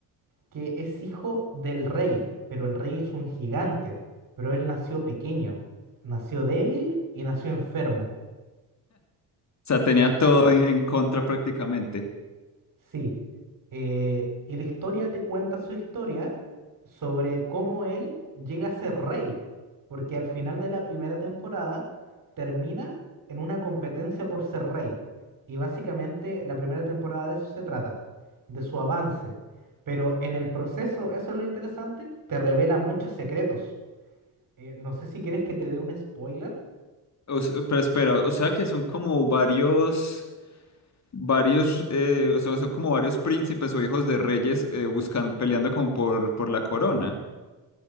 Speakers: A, on the right; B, on the left.
A: que es hijo del rey, pero el rey es un gigante, pero él nació pequeño, nació débil y nació enfermo.
B: O sea, tenía
A: Y la-
B: todo en, en contra prácticamente.
A: Sí, eh, y la historia te cuenta su historia sobre cómo él llega a ser rey, porque al final de la primera temporada termina en una competencia por ser rey. Y básicamente la primera temporada de eso se trata, de su avance. Pero en el proceso, eso es lo interesante, te revela muchos secretos. Eh, no sé si quieres que te dé un spoiler.
B: O s- pero espera, o sea que son como varios, varios, eh, o sea, son como varios príncipes o hijos de reyes eh, buscando, peleando como por, por la corona.